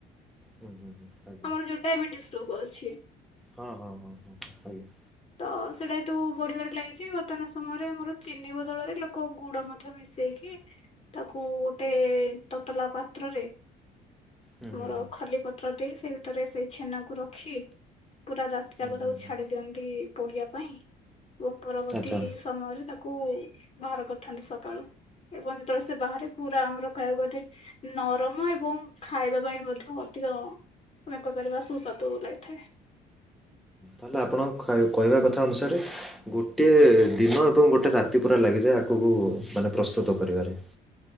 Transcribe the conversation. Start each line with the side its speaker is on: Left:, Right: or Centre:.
Centre: ହୁଁ ହୁ ହୁଁ ଆ
Left: ଆମର ଯୋଉ ଡାଇବେଟିସ୍ ରୋଗ ଅଛି।
Centre: ହଁ ହଁ ହଁ ହଁ ଆଜ୍ଞା।
Left: ତ ସେଇଟା ଯେହେତୁ ବଢିବାରେ ଲାଗିଛି। ବର୍ତ୍ତମାନ ସମୟରେ ଆମର ଚିନି ବଦଳରେ ଲୋକ ଗୁଡ ମଧ୍ୟ ବି ମିଶେଇକି ତାକୁ ଗୋଟେ ତତଲା ପାତ୍ରରେ।
Centre: ହୁଁ
Left: ଆମର
Centre: ହୁଁ ହୁଁ
Left: ଖଲି ପତ୍ର ଦେଇ, ସେ ଭିତରେ ସେଇ ଛେନାକୁ ରଖି ପୁରା ରାତି
Centre: ହୁଁ
Left: ଯାକ ତାକୁ
Centre: ହୁଁ ହୁଁ।
Left: ଛାଡି ଦିଅନ୍ତି। ପୋଡିିବା ପାଇଁ, ଏବଂ ପରବର୍ତ୍ତୀ
Centre: ଆଚ୍ଛା
Left: ସମୟରେ ତାକୁ ବାହାର କରିଥାନ୍ତି ସକାଳୁ। ଏବଂ ଯେତେବେଳେ ସେ ବାହାରେ ପୁରା ଆମର କାଇବାକୁ ଗଲେ ନରମ ଏବଂ ଖାଇବା ପାଇଁ ମଧ୍ୟ ଅଧିକ <inaudible> ପରିବା ସୁସ୍ୱାଦୁ ଲାଗିଥାଏ।
Centre: ତ ଆପଣଙ୍କ ଖା କହିବା କଥା ଅନୁସାରେ ଗୋଟେ ଦିନ ଏବଂ ଗୋଟେ ରାତି ପୁରା ଲାଗିଯାଏ ଆକକୁ ମାନେ ପ୍ରସ୍ତୁତ କରିବାରେ।